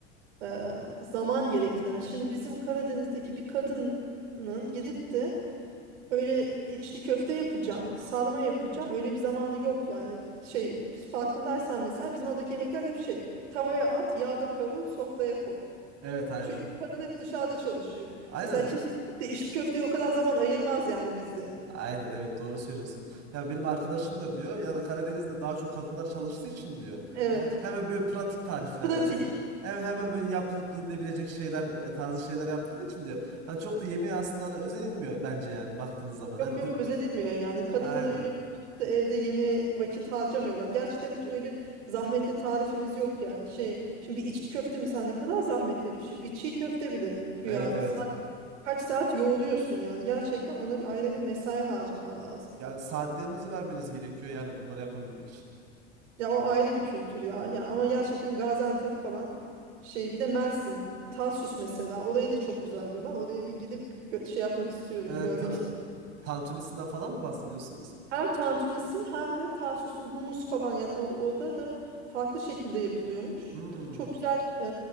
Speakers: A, on the right; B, on the right.
A: e, zaman gerektiren. Şimdi bizim Karadeniz'deki bir kadının gidip de öyle içli köfte yapacağım, sarma yapacağım. Öyle bir zamanı yok yani. Şey farkındaysan mesela bizim oradaki yemekler hep şey tavaya at, yağda kavur, sofraya koy.
B: Evet aynen.
A: Çünkü kadın hep dışarıda çalışıyor.
B: Aynen
A: Mesela kimse gidip de içli köfteye o kadar zaman ayırmaz yani bizde.
B: Aynen evet doğru söylüyorsun. Yani benim arkadaşım da diyor yani Karadeniz'de daha çok kadınlar çalıştığı için diyor.
A: Evet.
B: Yani hemen böyle pratik tarifler
A: Pratik.
B: yani. Hem hemen böyle yapılıp yenilebilecek şeyler e, tarzı şeyler yapıldığı için diyor. Hani çok da yemeğe aslında hani özenilmiyor bence yani baktığınız zaman. Hani
A: Yok yok
B: d-
A: özenilmiyor yani. Kadınlar
B: aynen.
A: da öyle oturup da evde yemeğe vakit harcamıyorlar. Gerçekten hiç öyle zahmetli tarifimiz yok yani. Şey şimdi bir içli köfte mesela ne kadar zahmetli bir şey. Bir çiğ köfte bile güya
B: Evet evet.
A: saat, kaç saat yoğuruyorsun yani. Gerçekten ona bir ayrı bir mesai harcaman lazım.
B: Yani saatlerinizi vermeniz gerekiyor yani bunları yapabilmek için.
A: Ya o ayrı bir kültür ya. Ya ama gerçekten Gaziantep falan şey bir de Mersin, Tarsus mesela orayı da çok güzel diyorlar. Oraya bir gidip gö- şey yapmak istiyorum,
B: Ee,
A: görmek
B: ta- tantunisinden falan mı bahsediyorsunuz?
A: Hem tantunisi hem de Tarsus'un humus falan yani o- orada da farklı şekilde yapılıyormuş.
B: Hmm.
A: Çok güzel e,